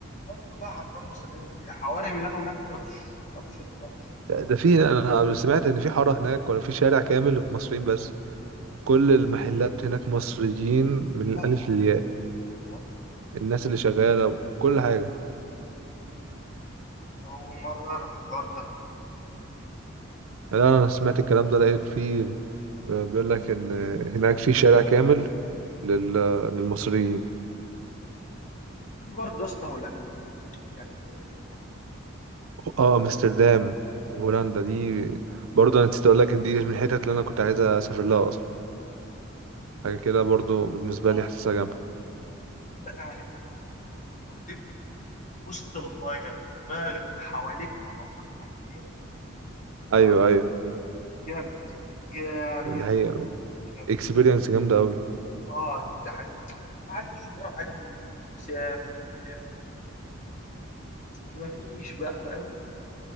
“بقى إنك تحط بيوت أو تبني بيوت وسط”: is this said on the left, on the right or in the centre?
Left